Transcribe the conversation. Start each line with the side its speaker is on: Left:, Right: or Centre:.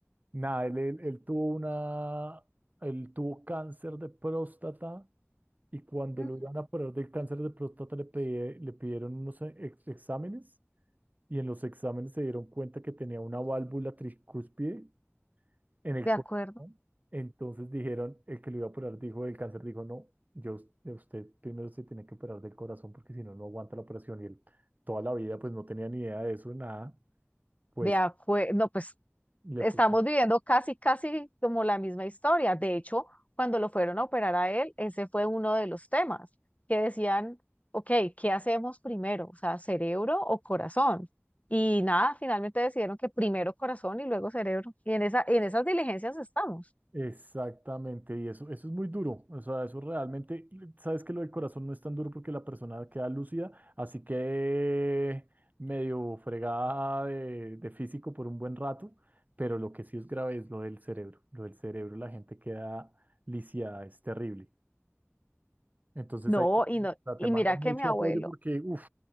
Right: Nada, él, él, él tuvo una, él tuvo cáncer de próstata y cuando
Left: Ujú.
Right: lo iban a operar del cáncer de próstata le, pedí- le pidieron unos e- ex- exámenes y en los exámenes se dieron cuenta que tenía una válvula tricúspide en el
Left: De acuerdo.
Right: corazón. Entonces dijeron, el que lo iba a operar dijo, el cáncer dijo, no, yo, de usted primero se tiene que operar del corazón porque si no, no aguanta la operación. Y él toda la vida pues no tenía ni idea de eso, nada. Pues
Left: De acuerdo. No, pues
Right: le
Left: estamos
Right: puso.
Left: viviendo casi, casi como la misma historia. De hecho, cuando lo fueron a operar a él, ese fue uno de los temas que decían, ok, ¿qué hacemos primero? O sea, ¿cerebro o corazón? Y nada, finalmente decidieron que primero corazón y luego cerebro. Y en esa, en esas diligencias estamos.
Right: Exactamente, y eso, eso es muy duro, o sea, eso realmente, y sabes que lo del corazón no es tan duro porque la persona queda lúcida, así que medio fregada de, de físico por un buen rato, pero lo que sí es grave es lo del cerebro, lo del cerebro, la gente queda lisiada, es terrible. Entonces
Left: No,
Right: ahí te,
Left: y no, y
Right: te mando
Left: mira
Right: mucho
Left: que mi abuelo
Right: apoyo porque, uff,